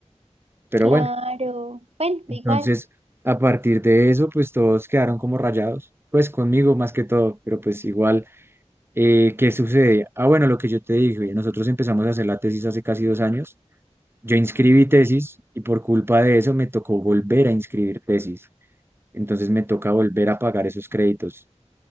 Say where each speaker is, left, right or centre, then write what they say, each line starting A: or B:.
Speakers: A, on the right; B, on the right.
A: Pero
B: claro.
A: bueno,
B: Bueno,
A: entonces,
B: igual.
A: a partir de eso, pues todos quedaron como rayados, pues conmigo más que todo, pero pues igual, eh, ¿qué sucede? Ah, bueno, lo que yo te dije, nosotros empezamos a hacer la tesis hace casi dos años, yo inscribí tesis y por culpa de eso me tocó volver a inscribir tesis, entonces me toca volver a pagar esos créditos.